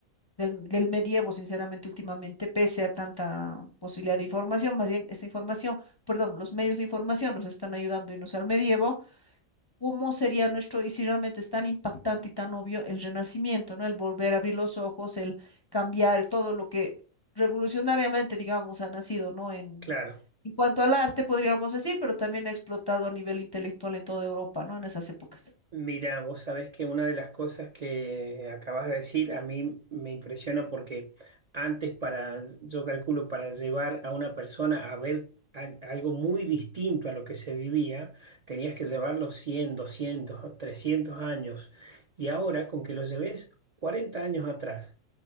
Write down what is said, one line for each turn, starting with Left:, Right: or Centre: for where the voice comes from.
Left: del, del medievo, sinceramente, últimamente, pese a tanta posibilidad de información, más bien esa información, perdón, los medios de información nos están ayudando a irnos al medievo cómo sería nuestro, y si realmente es tan impactante y tan obvio el renacimiento, ¿no? El volver a abrir los ojos, el cambiar todo lo que revolucionariamente, digamos, ha nacido, ¿no? En,
Right: claro.
Left: en cuanto al arte, podríamos decir, pero también ha explotado a nivel intelectual en toda Europa, ¿no? En esas épocas.
Right: Mira, vos sabés que una de las cosas que acabas de decir a mí me impresiona porque antes para, yo calculo, para llevar a una persona a ver al- algo muy distinto a lo que se vivía, tenías que llevarlo 100, 200, o 300 años. Y ahora con que lo lleves 40 años atrás